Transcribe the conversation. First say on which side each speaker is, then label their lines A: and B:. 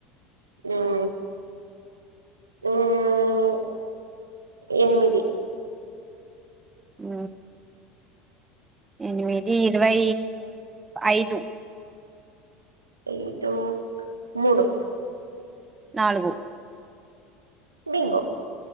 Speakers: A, on the right; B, on the right.
A: మూడు మ్మ్ ఎనిమిది
B: అ ఎనిమిది ఇరవై ఐదు
A: ఐదు మూడు
B: నాలుగు
A: బింగో